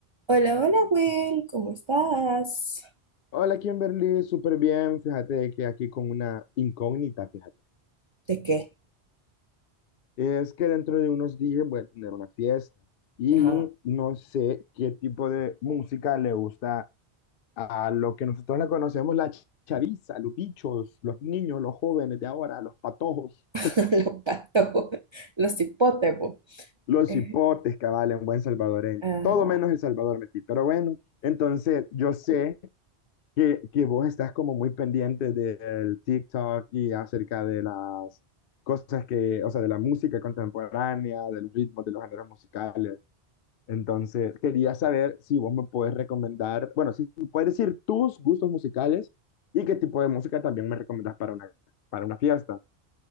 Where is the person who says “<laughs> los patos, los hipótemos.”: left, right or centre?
Right